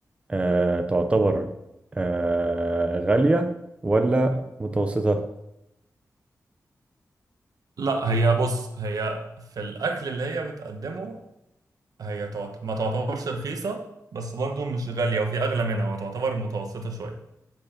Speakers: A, on the right; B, on the right.
A: آه تعتبر آه غالية ولا متوسطة؟
B: لا هي بص هي في الاكل اللي هي بتقدمه هي تعت... ما تعتبرش رخيصة بس برضو مش غالية وفي أغلى منها وتعتبر متوسطة شوية